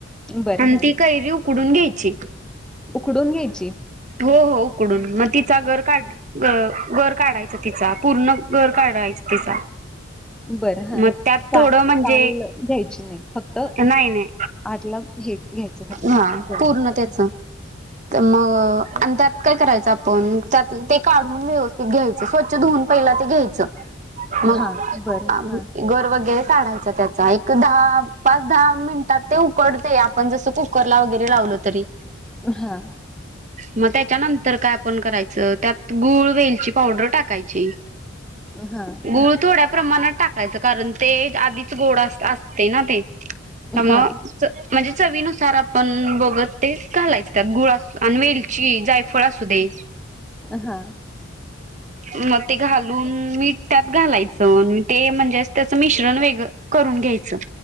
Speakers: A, in the centre; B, on the right.
A: बरं
B: आणि
A: हां.
B: ती कैरी उकडून घ्यायची
A: उकडून घ्यायच
B: हो हो उकडून मग तिचा घर काढ ग घर काढायचं तिचा पूर्ण घर काढायच तिचा
A: बरं हा
B: मग त्यात थोडं म्हणजे
A: चाल घ्यायची नाही फक्त
B: नाही नाही
A: आठ ला हे घ्यायचं हक्त
B: हा
A: बर
B: पूर्ण त्याच तर मग आणि त्यात काय करायचं आपण त्यात ते काढून व्यवस्थित घ्यायचं स्वच्छ धुऊून पहिला ते घ्यायचं मग
A: हां. बरं हां.
B: घर वगैरे काढायच त्याचा एक दहा पाच दहा मिनिटात ते उकडते आपण जसं कुकरला वगैरे लावलो तरी
A: हा
B: मग त्याच्यानंतर काय आपण करायचं त्यात गूळ वेलची पावडर टाकायची
A: हां.
B: गुळ थोडा ख प्रमाणात टाकायचं कारण ते आधीच गोड असते ना ते त्यामुळे
A: हां.
B: म्हणजे चवीनुसार आपण बघत ते घालायचतात गुळा आणि वेल वेलची जायफळ असू दे
A: हा
B: मग ते घालून मीठ त्यात घालायचं ते म्हणजेच त्याचं मिश्रण वेगळं करून घ्यायच